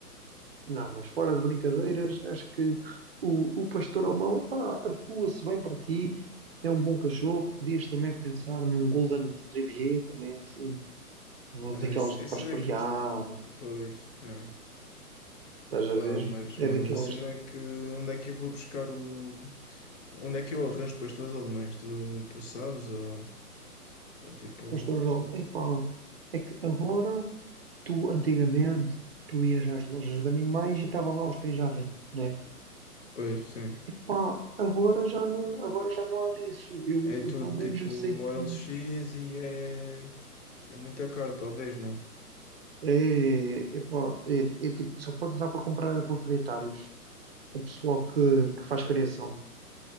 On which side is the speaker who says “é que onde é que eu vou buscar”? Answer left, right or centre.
Left